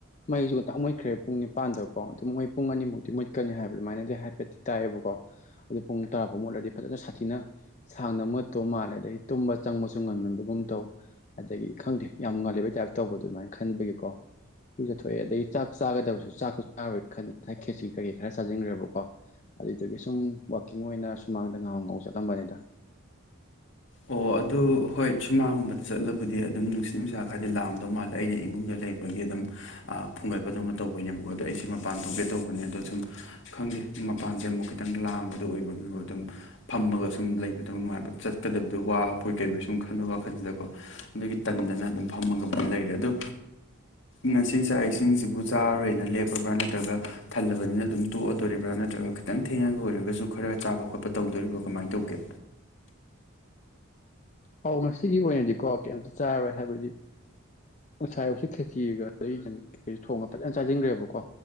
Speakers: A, on the left; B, on the left.
A: ꯃꯩꯁꯨ ꯉꯛꯇ ꯃꯨꯠꯈ꯭ꯔꯦ ꯄꯨꯡ ꯅꯤꯄꯥꯟꯗꯀꯣ ꯑꯗꯨꯝ ꯃꯣꯏ ꯄꯨꯡ ꯑꯅꯤꯃꯨꯛꯇꯤ ꯃꯨꯠꯀꯅꯤ ꯍꯥꯏꯕ ꯑꯗꯨꯃꯥꯏꯅꯗꯤ ꯍꯥꯏꯐꯦꯠꯇꯤ ꯇꯥꯏꯑꯌꯦꯕꯀꯣ ꯑꯗꯨ ꯄꯨꯡ ꯇꯔꯥ ꯐꯥꯎꯕ ꯃꯨꯠꯂꯗꯤ ꯐꯖꯅ ꯁꯥꯊꯤꯅ ꯁꯥꯡꯅ ꯃꯨꯠꯇꯨ ꯃꯥꯜꯂꯦꯅ ꯑꯗꯒꯤ ꯇꯨꯝꯕ ꯆꯪꯕꯁꯨ ꯉ ꯑꯗꯨꯒꯨꯝ ꯇꯧ ꯑꯗꯒꯤ ꯈꯪꯗꯦ ꯌꯥꯝ ꯉꯜꯂꯤꯕꯩ ꯇꯥꯏꯞ ꯇꯧꯕꯗꯣ ꯑꯗꯨꯃꯥꯏꯅ ꯈꯟꯕꯒꯤꯀꯣ ꯂꯨꯖꯠꯊꯣꯛꯑꯦ ꯑꯗꯒꯤ ꯆꯥꯛ ꯆꯥꯒꯗꯕꯁꯨ ꯆꯥꯛꯁꯨ ꯆꯥꯔꯣꯏ ꯈꯟ ꯉꯁꯥꯏ ꯈꯦꯠꯁꯤ ꯀꯩꯀꯩ ꯈꯔ ꯆꯥꯟꯈ꯭ꯔꯕ ꯀꯣ ꯑꯗꯨꯏꯗꯨꯗꯒꯤ ꯁꯨꯝ ꯋꯥꯛꯀꯤꯡ ꯑꯣꯏꯅ ꯁꯨꯃꯥꯡꯗ ꯉꯥꯍꯛ ꯉꯥꯍꯛ ꯆꯠꯂꯝꯕꯅꯤꯗ
B: ꯑꯣ ꯑꯗꯨ ꯍꯣꯏ ꯁꯨꯃꯥꯡꯒꯨꯝꯕꯗ ꯆꯠꯂꯕꯨꯗꯤ ꯑꯗꯨꯝ ꯅꯨꯡꯁꯤꯠ ꯅꯨꯡꯁꯥ ꯈꯔꯗꯤ ꯂꯥꯝꯗꯧ ꯃꯥꯜꯂꯦ ꯑꯩꯅ ꯏꯃꯨꯡꯗ ꯂꯩꯕ ꯒꯤ ꯑꯗꯨꯝ ꯐꯨꯡꯒꯠꯄꯗꯨꯅ ꯇꯧꯕꯩꯅꯦꯕꯀꯣ ꯑꯗꯣ ꯑꯩꯁꯦ ꯃꯄꯥꯟ ꯊꯣꯛꯀꯦ ꯇꯧꯕꯅꯦ ꯑꯗꯣ ꯁꯨꯝ ꯈꯪꯗꯦ ꯃꯄꯥꯟꯁꯦ ꯑꯃꯨꯛ ꯈꯤꯇꯪ ꯂꯥꯡꯕꯗꯣ ꯑꯣꯏꯕꯒꯤ ꯑꯗꯨꯝ ꯐꯝꯃꯒ ꯁꯨꯝ ꯂꯩꯕꯗꯣ ꯅꯨꯡꯉꯥꯏꯕ ꯆꯠꯀꯗꯕꯗꯣ ꯋꯥꯕꯣꯏ ꯀꯩꯕꯣꯏ ꯁꯨꯝ ꯈꯟꯕ ꯋꯥꯈꯜꯖꯤꯗꯀꯣ꯫ ꯑꯗꯒꯤ ꯇꯟꯗꯅ ꯑꯗꯨꯝ ꯐꯝꯃꯒꯕꯨꯗꯤ ꯂꯩꯔꯦ ꯑꯗꯨ
A: <inaudible>
B: ꯉꯁꯤ ꯆꯥꯛ ꯏꯁꯤꯡꯁꯤꯕꯨ ꯆꯥꯔꯣꯏꯅ ꯂꯦꯞꯄꯕ꯭ꯔꯥ ꯅꯠꯇ꯭ꯔꯒ ꯊꯜꯂꯕꯅꯤꯅ ꯑꯗꯨꯝ ꯇꯣꯛꯑꯗꯣꯔꯤꯕ꯭ꯔꯥ ꯅꯠꯇ꯭ꯔꯒ ꯈꯤꯇꯪ ꯊꯦꯡꯉꯒ ꯑꯣꯏꯔꯒꯁꯨ ꯈꯔ ꯆꯥꯕ ꯈꯣꯠꯄ ꯇꯧꯗꯣꯔꯤꯕ ꯀꯃꯥꯏꯅ ꯇꯧꯒꯦ
A: ꯑꯧ ꯉꯁꯤꯒꯤ ꯑꯣꯏꯅꯗꯤꯀꯣ ꯀꯩꯇ ꯆꯥꯔꯣꯏ ꯍꯥꯏꯕꯗꯤ ꯉꯁꯥꯏ ꯑꯌꯨꯛꯒꯤ ꯈꯦꯖꯤꯒ ꯀꯩꯒ ꯊꯣꯡꯉꯒ ꯐꯖꯅ ꯆꯥꯁꯤꯟꯈ꯭ꯔꯦꯕꯀꯣ